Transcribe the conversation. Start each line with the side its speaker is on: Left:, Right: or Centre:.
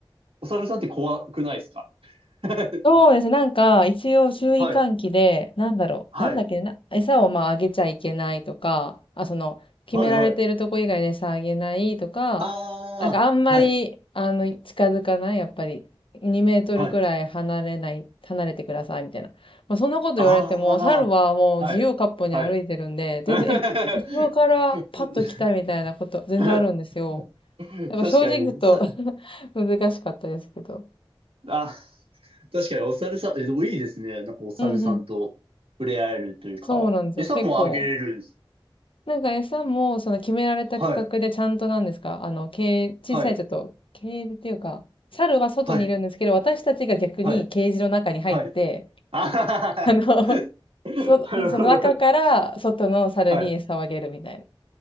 Right: お猿さんって怖くないですか <laughs> は
Left: そうですね。なんか、一応注意喚起で、
Right: い、
Left: なんだろう。
Right: はい、
Left: なんだっけねな、餌をまああげちゃいけないとか、あ、その、決められてるとこ以外で餌あげないとか、
Right: はい、はい。ああ、
Left: なんかあんまり、
Right: はい、
Left: あの、近づかない、やっぱり。2メートルくらい離れない、
Right: はい。
Left: 離れてください、みたいな。まあ、そんなこと言われても、
Right: ああ、
Left: 猿はもう自由割歩に歩いてるんで、
Right: はい、はい。
Left: 全然、
Right: <laughs>
Left: え、後ろからパッと来たみたいなこと、全然あるんですよ。
Right: <laughs>
Left: だから正直ちょっと
Right: 確かに、さ、
Left: <laughs> 難しかったですけど。
Right: あ、確かにお猿さん、え、でもいいですね。なんかお猿さんと触れ合えるというか、
Left: うんうん。そうなんですよ。
Right: 餌もあげれるんです。
Left: 結構。なんか餌も、その決められた区画でちゃんとなんですかあの、
Right: はい、
Left: ケージ、
Right: はい、
Left: 小さいちょっと、ケージっていうか、猿は外にいるんですけど、
Right: はい、
Left: 私たちが逆にケージの中に入って、
Right: はい、はい。あははは
Left: あの、
Right: は、
Left: そ、
Right: なるほど。
Left: その中から外の猿に餌をあげるみたいな
Right: はい。